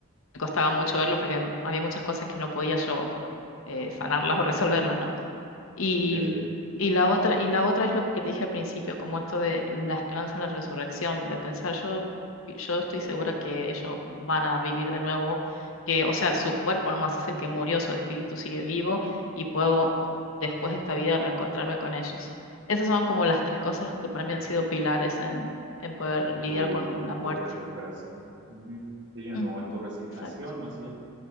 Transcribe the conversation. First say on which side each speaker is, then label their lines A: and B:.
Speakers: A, on the left; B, on the right.
A: costaba mucho verlo porque había muchas cosas que no podía yo como eh, sanarlas o resolverlas, ¿no? Y,
B: Sí,
A: mm, y la otra, y la otra es lo que te dije al principio, como esto de la esperanza en la resurrección, de pensar yo, yo estoy segura que ellos van a vivir de nuevo, que, o sea, su cuerpo nomás es el que murió, su espíritu sigue vivo y puedo después de esta vida reencontrarme con ellos. Esas son como las tres
B: ah,
A: cosas que para mí han sido pilares en, en poder
B: en
A: lidiar
B: tu,
A: con
B: en
A: la
B: tu
A: muerte.
B: recuperación. Ujú. Sí, en-
A: Mm,
B: o en tu resignación
A: Exacto.
B: más bien.